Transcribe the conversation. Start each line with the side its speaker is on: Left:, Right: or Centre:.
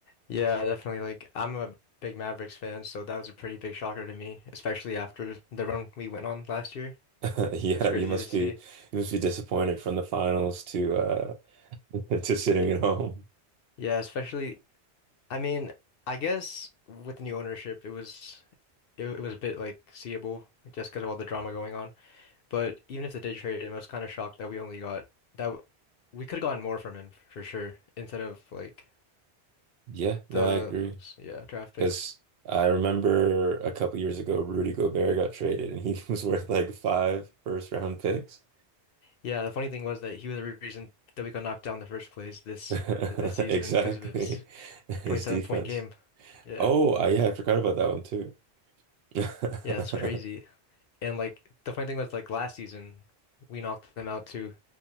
Left: Yeah, definitely. Like, I'm a big Mavericks fan, so that was a pretty big shocker to me, especially after the run we went on last year.
Right: <laughs> Yeah,
Left: It was crazy
Right: you must
Left: to see.
Right: be you must be disappointed from the finals to uh <laughs> to sitting
Left: Y-
Right: at home.
Left: Yeah, especially, I mean, I guess with the new ownership, it was it, it was a bit like seeable like, just because of all the drama going on. But even if they did trade him, I was kind of shocked that we only got that w- we could have gotten more from him for sure instead of like
Right: Yeah, no,
Left: the
Right: I agree.
Left: yeah, draft picks.
Right: Because I remember a couple years ago Rudy Gobert got traded and he <laughs> was worth like five first round picks.
Left: Yeah, the funny thing was that he was the re- reason that we got knocked down in the first place this
Right: <laughs>
Left: this season
Right: Exactly.
Left: because of his
Right: <laughs> His
Left: 27
Right: defense.
Left: point game. Yeah.
Right: Oh, I, yeah, I forgot about that one too. <laughs>
Left: Yeah, it's crazy. And like the funny thing was like last season we knocked them out too.